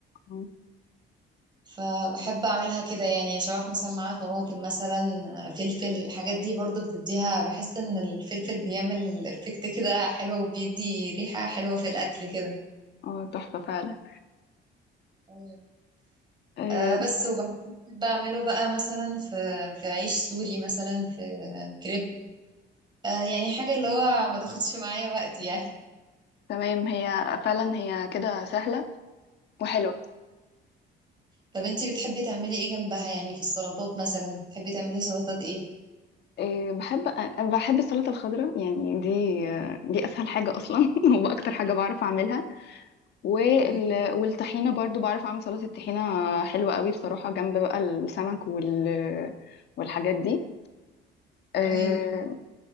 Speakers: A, on the left; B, on the right.
A: اه
B: فبحب اعملها كده يعني اشوح مثلا مع طماطم مثلا آه، فلفل الحاجات دي برضو بتديها بحس ان الفلفل بيعمل افكت كده حلو بيدي ريحه حلوه في الاكل كده
A: آه، تحفه فعلا
B: أيوة.
A: آه،
B: آه بس وبعمله بقى مثلا في في عيش سوري مثلا في كريب آه يعني حاجة اللي هو ما تاخدش معايا وقت يعني
A: تمام هي فعلا هي كده سهله وحلوه
B: طب انتي بتحبي تعملي ايه جنبها يعني في السلطات مثلا بتحبي تعملي سلطات ايه
A: آه، بحب أنا بحب السلطه الخضراء يعني دي آه، دي اسهل حاجه اصلا <laughs> واكتر حاجه بعرف اعملها وال...
B: ايوه
A: والطحينة برضو بعرف أعمل سلطة الطحينة حلوة قوي بصراحة جنب بقى السمك وال... والحاجات دي أه
B: ايوه